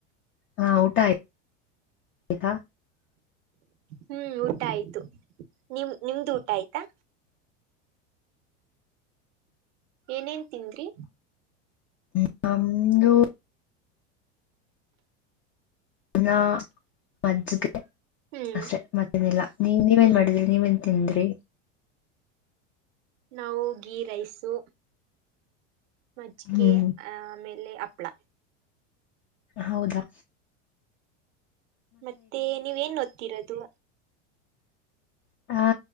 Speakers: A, on the left; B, on the right.
A: ಹಾ ಊಟ ಆಯ್ತ
B: ಹ್ಮ್ ಊಟ ಆಯ್ತು ನಿಮ -ನಿಮ್ದು ಊಟ ಆಯ್ತಾ ಏನೇನ್ ತಿಂದ್ರಿ?
A: ಹ್ಮ <unintelligible> ನಮ್ದು ಅನ್ನ ಮಜ್ಜಗೆ
B: ಹ್ಮ್
A: ಅಷ್ಟೆ ಮತ್ತೇನಿಲ್ಲ ನೀವ್ -ನೀವೇನ್
B: ಹ್ಮ್
A: ಮಾಡಿದ್ರಿ ನೀವೇನ್? ತಿಂದ್ರಿ
B: ನಾವೂ ಗಿ ರೈಸು. ಮಜ್ಜಿಗೆೆ
A: ಹ್ಮ್
B: ಆ ಆಮೇಲೆ ಹಪ್ಳ.
A: ಹೌದಾ
B: ಮತ್ತೆ ನೀವೇನ್ ಓದ್ತಿರೋದು?
A: ಹಾ